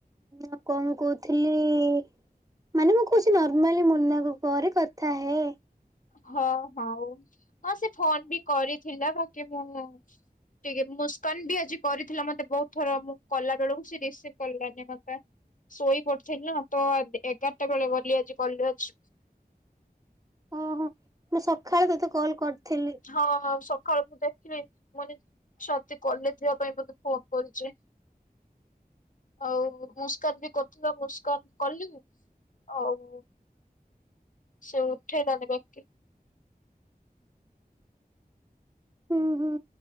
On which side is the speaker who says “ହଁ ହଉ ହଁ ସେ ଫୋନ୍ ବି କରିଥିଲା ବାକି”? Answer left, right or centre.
Left